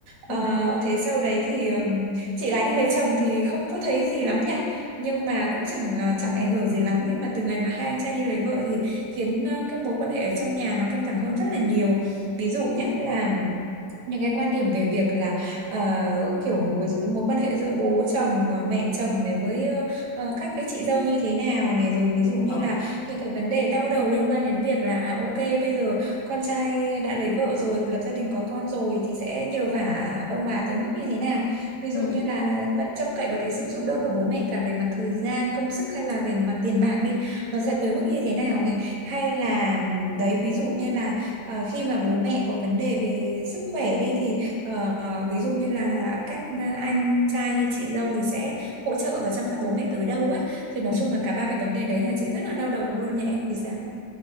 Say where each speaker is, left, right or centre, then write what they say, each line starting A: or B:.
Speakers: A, on the right; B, on the left.
A: Ờ,
B: ừ
A: thế sau đấy thì ừm, chị gái đi lấy chồng thì không có thấy gì lắm nha nhưng mà cũng chẳng ờ, chẳng ảnh hưởng gì lắm nhưng mà từ ngày mà hai anh trai đi lấy vợ thì khiến ờ, cái mối quan hệ ở trong nhà nó căng thẳng hơn rất là nhiều ví dụ nhé là những cái quan điểm về việc là ờ, kiểu ví dụ mối quan hệ giữa bố chồng ờ, mẹ chồng này với ờ, ờ, các cái chị dâu như thế nào này rồi ví dụ như
B: ờ
A: là những cái vấn đề đau đầu liên quan đến việc là à, ok bây giờ con trai đã lấy vợ rồi lập gia đình có con rồi thì sẽ nhờ vả à, ông bà tới mức như thế nào ví dụ
B: ừ
A: như là vẫn trông cậy vào cái sự giúp đỡ của bố mẹ cả về mặt thời gian công sức hay là về mặt tiền bạc đi nó sẽ tới mức như thế nào này hay là đấy ví dụ như là Ờ, khi mà bố mẹ có vấn đề về sức khỏe đi thì ờ, ví dụ như là các anh trai hay chị dâu thì sẽ hỗ trợ và chăm sóc bố mẹ tới đâu á thì nói
B: Ừ.
A: chung là cả ba cái vấn đề đấy nhà chị rất là đau đầu luôn nhà em thì sao